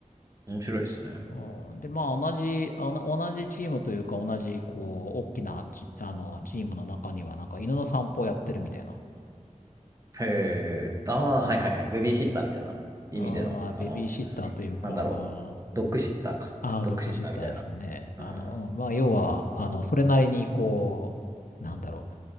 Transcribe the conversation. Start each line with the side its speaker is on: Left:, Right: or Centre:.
Right: 面白いですね。
Left: うん、で、まあ、同じ、あおな同じチームというか、同じ、こう、大きなチ、あの、チームの中には、なんか、犬の散歩をやってるみたいな。
Right: へえ。ああ、はいはいはい。ベビーシッターみたいな意味での、
Left: あーまあ、
Right: あの、
Left: ベビーシッターというか、
Right: なんだろう。ドッグシッターか。
Left: ああ、
Right: ドッグシッターみたいな。
Left: ドッグシッターですね。
Right: うん。
Left: あの、
Right: は
Left: うん、まあ、要は、あの、それなりに、こう、なんだろう、